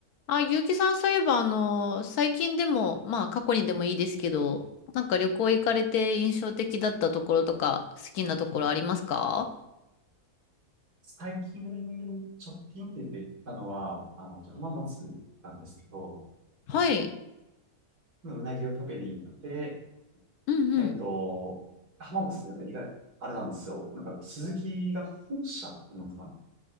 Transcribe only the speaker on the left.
あ、ゆうきさん、そういえば、あの、最近でも、まあ、過去にでもいいですけど、なんか旅行行かれて印象的だったところとか、好きなところありますか
はい。
うんうん。